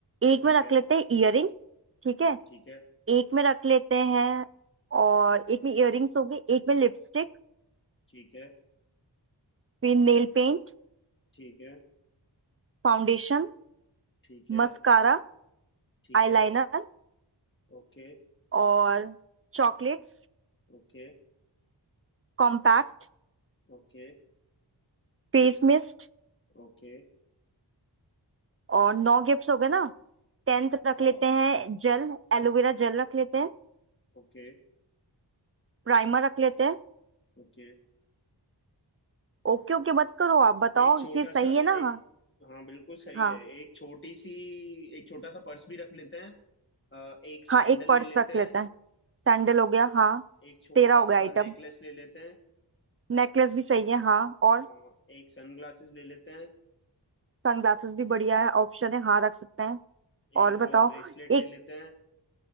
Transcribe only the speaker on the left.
ठीक
है
ठीक है
ठीक है
ठीक है
ठीक है
ठीक
है ओके
ओके
ओके
ओके
हाँ
ओके
ओके
एक छोटा
सा
एक
हाँ बिल्कुल सही
है एक छोटी सी एक छोटा सा पर्स भी रख लेते हैं अ, एक सैंडल
ले
लेते
हैं
एक छोटा
सा
नेकलेस ले लेते हैं
अ, एक सनग्लासेस ले लेते हैं
एक
ब्रेसलेट
ले लेते हैं